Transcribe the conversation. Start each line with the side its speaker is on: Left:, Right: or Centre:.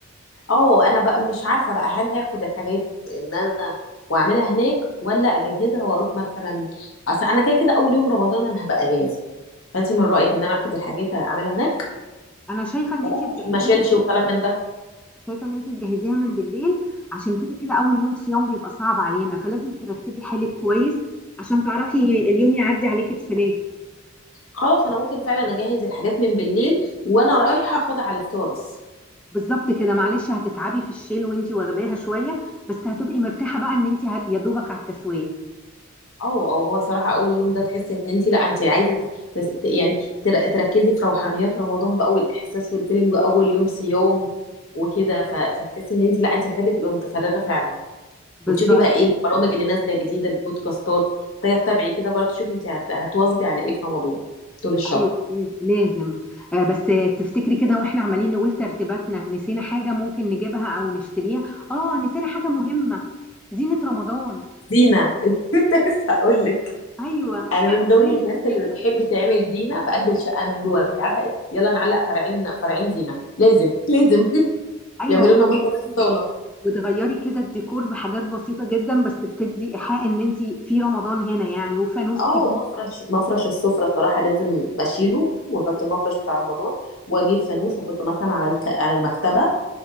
Left: اه انا بقى مش عارفه بقى هل هاخد الحاجات ان انا واعملها هناك ولا اجهزها واروح مثلا اصل انا كده كده اول يوم رمضان انا هبقى اجازه فانت من رايك ان انا اخد الحاجات اعملها هناك
Centre: انا شايفه ان
Left: ولا
Centre: انت تجهزيها
Left: عشان ما اشيلش وكلام من ده
Centre: شايفه ان انت تجهزيها من بالليل عشان كده كده اول يوم صيام بيبقى صعب علينا فلازم ترتبي حالك كويس عشان تعرفي اليوم يعدي عليكي بسلام
Left: خلاص انا ممكن فعلا اجهز الحاجات من بالليل وانا رايحه اخدها على السوا بس
Centre: بالظبط كده معلش هتتعبي في الشيل وانتي واخداها شويه بس هتبقي مرتاحه بقى ان انتي ه- يا دوبك على التسويه
Left: اه اه هو صراحة أول يوم ده تحس إن أنت لا أنت عايزة ت- تس- ت- يعني تر- تركزي في روحانيات رمضان بقى والإحساس والفيلم أول يوم صيام وكده ف- فتحسي إن أنت لا أنت محتاجة تبقي متفرغة فعلا
Centre: بالظبط
Left: وتشوفي بقى إيه البرامج اللي نازلة جديدة البودكاستات محتاجة تتابعي كده برضه تشوفي أنت هت- هتواظبي على إيه في رمضان طول الشهر
Centre: ايوه لاز- لازم آه، بس تفتكري كده واحنا عمالين نقول ترتيباتنا نسينا حاجه ممكن نجيبها او نشتريها اه نسينا حاجه مهمه زينه رمضان
Left: زينة <laughs> كنت لسه هقول لك
Centre: ايوه
Left: أنا
Centre: احنا
Left: من <laughs> ضمن
Centre: ازاي
Left: الناس
Centre: نسيناها
Left: اللي بتحب تعمل زينة في قلب الشقة من جوه أنت عارفة إيه يلا نعلق فرعين فرعين زينة لازم لازم <laughs>
Centre: ايوه
Left: يعملوا
Centre: وتغيري
Left: لنا مصدر في الصالة
Centre: وتغيري كده الديكور بحاجات بسيطه جدا بس بتدي ايحاء ان انتي في رمضان هنا يعني وفانوس
Left: اه مفرش مفرش السفرة صراحة لازم اشيله واحط المفرش بتاع رمضان واجيب فانوس واحطه مثلا على الك... على المكتبة